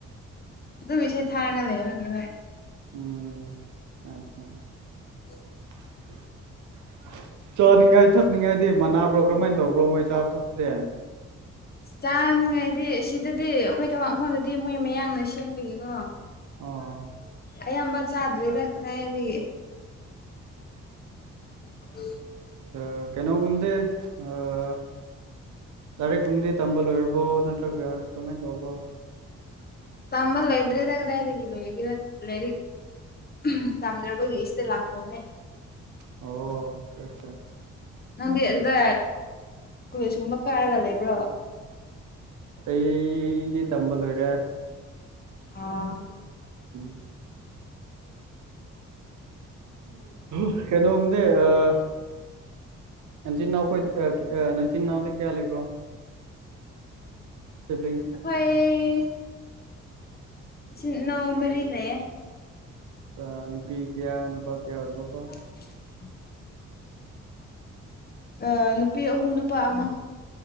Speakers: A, on the left; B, on the right.
A: ꯑꯗꯨꯝ ꯏꯁꯩ ꯊꯥꯔꯒ ꯂꯩꯕꯒꯤ ꯍꯣꯢ
B: ꯎꯝ ꯆꯥ-ꯆꯥ
A: <inaudible>
B: <inaudible> ꯆꯥꯅꯤꯡꯉꯥꯏ ꯊꯛꯅꯤꯡꯉꯥꯏꯗꯤ ꯃꯅꯥꯕ꯭ꯔꯣ ꯀꯔꯝꯍꯥꯏꯅ ꯇꯧꯕ꯭ꯔꯣ ꯃꯣꯏ ꯆꯥꯕ ꯊꯛꯄꯗꯤ
A: ꯆꯥꯅꯤꯡꯉꯥꯏꯗꯤ ꯁꯤꯗꯗꯤ ꯑꯈꯣꯏ ꯊꯕꯛ ꯃꯐꯝꯗꯗꯤ ꯃꯣꯏ ꯃꯌꯥꯡꯅ ꯁꯦꯝꯕꯒꯤꯀꯣ
B: ꯑꯣ
A: ꯑꯌꯥꯝꯕ ꯆꯥꯗ꯭ꯔꯔꯤꯗ ꯀꯗꯥꯢꯗꯒꯤ <inaudible>
B: ꯑꯥ ꯀꯩꯅꯣ ꯒꯨꯝꯗꯤ ꯑꯥ ꯂꯥꯏꯔꯤꯛ ꯀꯨꯝꯕꯗꯤ ꯇꯝꯕ ꯂꯣꯏꯔꯕꯣ ꯅꯠꯇ꯭ꯔꯒ ꯀꯃꯥꯏ ꯇꯧꯕ꯭ꯔꯣ
A: ꯇꯝꯕ ꯂꯣꯏꯗ꯭ꯔꯤꯗ ꯀꯗꯥꯏꯗꯒꯤ ꯂꯣꯏꯒꯦꯔ ꯂꯥꯏꯔꯤꯛ ꯑꯍꯝ ꯇꯝꯗ꯭ꯔꯕꯒꯤ ꯑꯁꯤꯗ ꯂꯥꯛꯈ꯭ꯔꯕꯅꯦ
B: ꯑꯣ ꯑꯠꯁꯥ
A: ꯅꯪꯗꯤ ꯑꯗꯨꯗ ꯀꯣꯂꯦꯖꯀꯨꯝꯕ ꯀꯥꯔꯒ ꯂꯩꯕ꯭ꯔꯣ
B: ꯑꯩꯗꯤ ꯇꯝꯕ ꯂꯣꯏꯔꯦ
A: ꯑꯥ
B: ꯎꯝ ꯎꯝ ꯀꯦꯅꯣꯝꯗꯤ ꯑꯥ ꯅꯆꯤꯟꯅꯥꯎ ꯈꯣꯏ ꯅꯆꯤꯟꯅꯥꯎꯗꯤ ꯀꯌꯥ ꯂꯩꯕ꯭ꯔꯣ ꯁꯤꯕ꯭ꯂꯤꯡꯁ
A: ꯑꯩꯈꯣꯏ ꯏꯆꯤꯟ ꯏꯅꯥꯎ ꯃꯔꯤ ꯂꯩꯌꯦ
B: ꯑꯥ ꯅꯨꯄꯤ ꯀꯌꯥ ꯅꯨꯄꯥ
A: <inaudible>
B: ꯀꯌꯥ ꯑꯣꯏꯕ꯭ꯔꯣꯀꯣ
A: <inaudible> ꯑꯥ ꯅꯨꯄꯤ ꯑꯍꯨꯝ ꯅꯨꯄꯥ ꯑꯃ